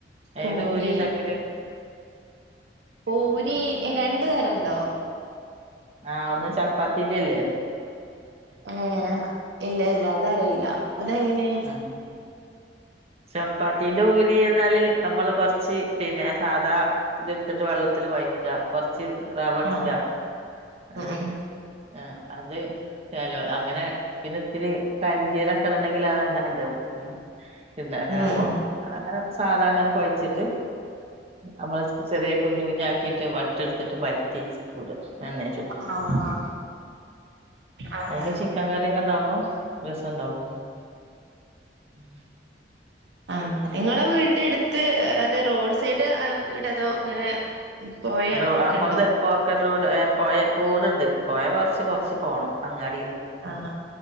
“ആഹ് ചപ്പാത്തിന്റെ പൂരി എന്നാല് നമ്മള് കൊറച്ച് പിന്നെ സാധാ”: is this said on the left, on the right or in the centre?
Right